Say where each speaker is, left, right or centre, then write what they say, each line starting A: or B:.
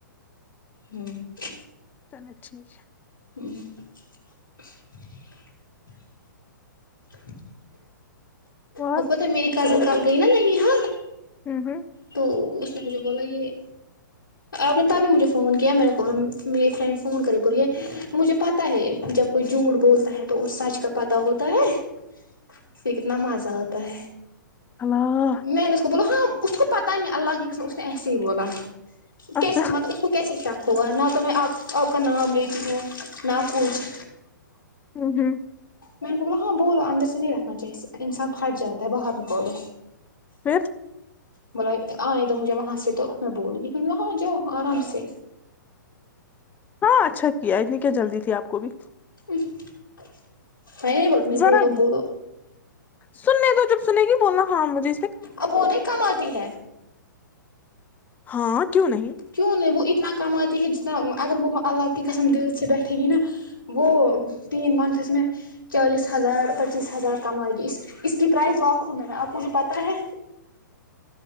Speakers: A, on the left (about 85°); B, on the left (about 15°).
A: ہ
B: <inaudible>
A: <inaudible> <inaudible>
B: اور
A: ا پت میری کازن کر گئی نا ننی حال
B: ہوں ہوں
A: تو اس نے مجھے بولا یہ آپ نے تبھی مجھے فون کیا میرے کو میری فرینڈ فون کر بوریے مجھ پتا ہے جب کوئی جھوٹ بولتا ہے تو اور سچ کا پتا ہوتا ہے پ کتنا مزہ ہوتا پرے
B: اللہ
A: میں ن اس کو بولو ہاں اس کو پتا ہی نہیں اللہ کی قسم اس نے ایسے ہی بولا کیسے
B: اچھا
A: مطلب اس کو کیسے شک ہوگا نہ تو میں آپ آپ کا نام لیتی ہوں نہ کچھ
B: ہوں ہوں
A: میں نے کو بولا ہاں بولو اندر سے نہیں رکھنا چاہیے انسان پھٹ جاتا ہے باہر نکولو
B: پھر <unintelligible>
A: بولا آنے دو مجھے وہاں سے تو میں بول گیاں جاؤ آرام سے
B: ہاں اچھا کیا اتنی کیا جلدی تھی آپ کو بھی
A: ہ <unintelligible> میں نہیں ب نہیں
B: ذرا
A: بہ دو بہ دو
B: سننے تو جب سنے گی بولنا ہاں مج جی
A: اب وہ نہیں کم آتی ہے
B: ہاں کیوں نہیں
A: کیوں نہیں وہ اتنا کماتی ہے جتنا اگر وہ الگ کی قسم دل سے بیٹھے گی نا وہ تین منتھس میں چالیس ہزار پچیس ہزار کمائے گی اس اس کی پرائز لاکھوں میں ہے آپ مجھے پتہ ہے